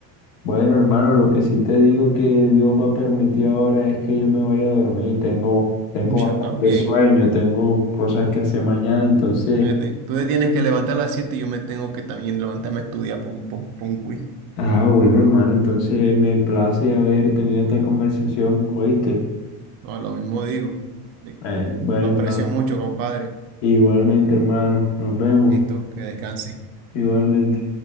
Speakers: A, on the left; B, on the right.
A: Bueno, hermano, lo que sí te digo que Dios va a permitir ahora es que yo me vaya a dormir. Tengo, tengo
B: Yo
A: bastante
B: también.
A: sueño, tengo cosas que hacer mañana, entonces...
B: Fíjate, Tú te tienes que levantar a las 7 y yo me tengo que también levantarme a estudiar pum, pum, pum, quiz.
A: Ah, bueno, hermano, entonces me place haber tenido esta conversación, ¿oíste?
B: No, lo mismo digo. De-
A: Bueno, bueno,
B: Lo
A: hermano.
B: aprecio mucho, compadre.
A: Igualmente, hermano, nos vemos.
B: Listo, que descanse.
A: Igualmente.